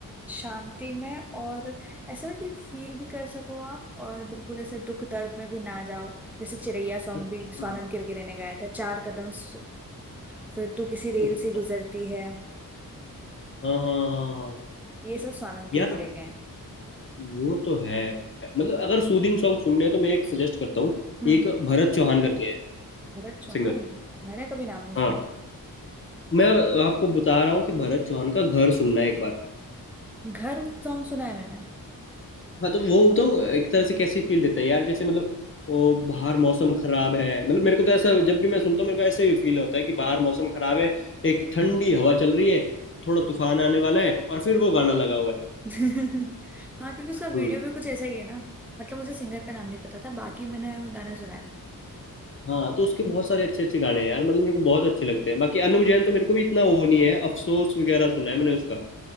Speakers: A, in the centre; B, on the left (about 35°).
A: शांति में और ऐसा कि फील भी कर सको आप और बिल्कुल ऐसे दुख दर्द में भी ना जाओ जैसे चिरैया सॉन्ग
B: अच्छा
A: भी स्वानंद किरकिरे ने गाया था चार कदम स- फिर तू किसी रेल
B: अच्छा
A: से गुजरती है
B: हाँ हाँ हाँ हाँ
A: ये सब स्वानंद किरकिरे
B: यार
A: के हैं
B: वो तो है मतलब अगर सूदिंग सॉन्ग सुनने हैं तो मैं एक सजेस्ट करता हूँ
A: हम्म
B: एक भरत चौहान करके है
A: भरत चौहान
B: सिंगर
A: मैंने कभी नाम नहीं सुना
B: हाँ मैं आपको बता रहा हूँ कि भरत चौहान का घर सुनना है एक बार
A: घर सॉन्ग सुना है मैंने
B: हाँ तो वो तो एक तरह से कैसी फील देता है यार जैसे मतलब वो बाहर मौसम खराब है मतलब मेरे को तो ऐसा जब भी मैं सुनता हूँ मेरे को ऐसे ही फील होता है कि बाहर मौसम खराब है एक ठंडी हवा चल रही है थोड़ा तूफान आने वाला है और फिर वो गाना लगा हुआ है
A: <laughs> हाँ क्योंकि उसका वीडियो
B: हम्म।
A: भी कुछ ऐसा ही है ना मतलब मुझे सिंगर का नाम नहीं पता था बाकी मैंने गाना सुना है
B: हाँ तो उसके बहुत सारे अच्छे अच्छे गाने हैं यार मतलब मेरे को बहुत अच्छे लगते हैं बाकी अनु जैन तो मेरे को भी इतना वो नहीं है अफसोस वगैरह सुना है मैंने उसका